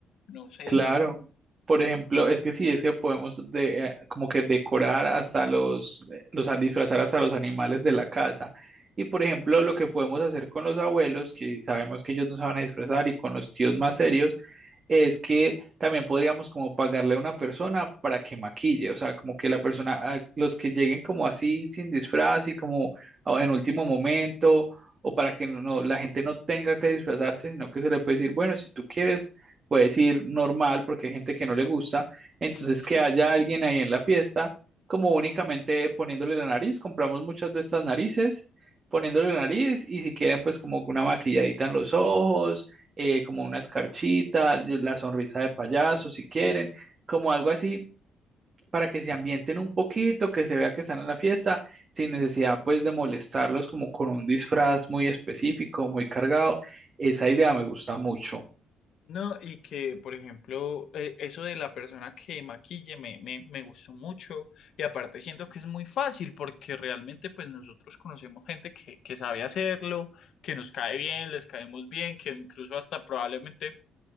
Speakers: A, on the left; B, on the right.
A: no sé,
B: Claro,
A: mm,
B: por ejemplo, es que sí, es que podemos de, eh, como que decorar hasta los, eh, los a- disfrazar hasta los animales de la casa. Y por ejemplo, lo que podemos hacer con los abuelos, que sabemos que ellos no se van a disfrazar, y con los tíos más serios, es que también podríamos como pagarle a una persona para que maquille, o sea, como que la persona, ah, los que lleguen como así sin disfraz y como ah, en último momento, o para que no, no, la gente no tenga que disfrazarse, sino que se le puede decir, bueno, si tú quieres puedes ir normal porque hay gente que no le gusta, entonces
A: ujú.
B: que haya alguien ahí en la fiesta, como únicamente poniéndole la nariz, compramos muchas de estas narices, poniéndole la nariz y si quieren pues como una maquilladita en los ojos, eh, como una escarchita, la sonrisa de payaso si quieren, como algo así para que se ambienten un poquito, que se vea que están en la fiesta, sin necesidad pues de molestarlos como con un disfraz muy específico, muy cargado. Esa idea me gusta mucho.
A: No, y que, por ejemplo, eh, eso de la persona que maquille me, me, me gustó mucho y aparte siento que es muy fácil porque realmente pues nosotros conocemos gente que, que sabe hacerlo, que nos cae bien, les caemos bien, que incluso hasta probablemente